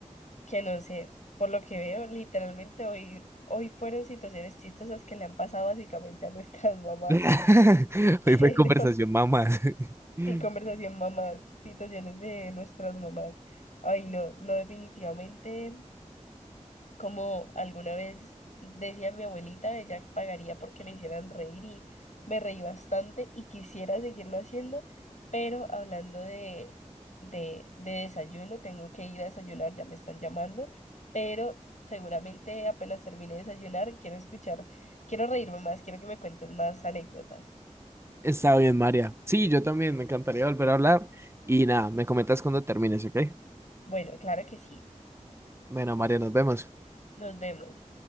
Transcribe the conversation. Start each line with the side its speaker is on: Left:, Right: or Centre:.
Left: que no sé, por lo que veo, literalmente hoy, hoy fueron situaciones chistosas que le han pasado básicamente a nuestras mamás.
Right: <laughs>
Left: <laughs> Pero
Right: Hoy fue conversación mamás. <laughs>
Left: Sí, conversación mamás, situaciones de nuestras mamás. Ay, no, no, definitivamente, como alguna vez decía mi abuelita, ella pagaría porque le hicieran reír y me reí bastante y quisiera seguirlo haciendo, pero hablando de, de, de desayuno, tengo que ir a desayunar, ya me están llamando, pero seguramente apenas termine de desayunar, quiero escuchar, quiero reírme más, quiero que me cuentes más anécdotas.
Right: Está bien, María. Sí, yo también, me encantaría volver a hablar. Y nada, me comentas cuando termines, ¿ok?
Left: Bueno, claro que sí,
Right: Bueno, María, nos vemos.
Left: nos vemos.